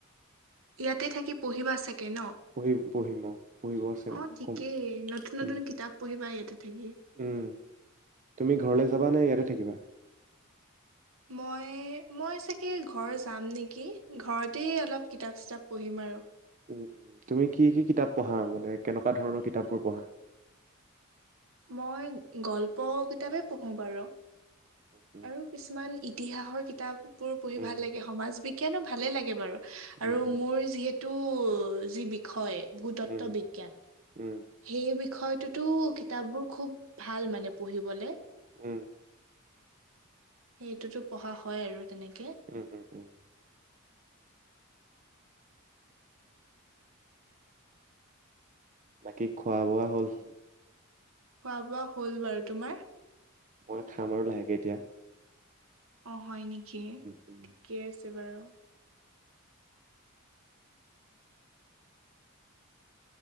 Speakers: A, on the right; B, on the right.
A: ইয়াতে থাকি পঢ়িবা চাগে ন'?
B: পঢ়িম-পঢ়িম অঁ, পঢ়িব আছে
A: অ ঠিকেই
B: কম,
A: নতুন নতুন
B: উম।
A: কিতাপ পঢ়িবা ইয়াতে থাকি।
B: উম, তুমি ঘৰলৈ যাবা নে ইয়াতে থাকিবা?
A: মই, মই চাগে ঘৰ যাম নেকি! ঘৰতেই অলপ কিতাপ-ছিতাপ পঢ়িম আৰু।
B: উম, তুমি কি-কি কিতাপ পঢ়া মানে কেনেকুৱা ধৰণৰ কিতাপবোৰ পঢ়া?
A: মই গল্প কিতাপে পঢ়োঁ বাৰু।
B: উম।
A: আৰু কিছুমান ইতিহাসৰ কিতাপ বোৰ পঢ়ি
B: উম
A: ভাল লাগে, সমাজ বিজ্ঞানো ভালে লাগে বাৰু।
B: উম
A: আৰু মোৰ যিহেতু যি বিষয়- ভূতত্ত্ব
B: উম
A: বিজ্ঞান।
B: উম
A: সেই বিষয়টোতো- কিতাপ বোৰ খুব ভাল মানে পঢ়িঁবলে।
B: উম
A: সেইটোতো পঢ়া হয় আৰু তেনেকে।
B: উম-উম-উম। বাকী খোৱা বোৱা হ'ল?
A: খোৱা বোৱা হ'ল বাৰু, তোমাৰ?
B: মই খাম আৰু লাহেকে এতিয়া।
A: অ, হয় নেক?
B: উম উম
A: ঠিকে আছে বাৰু।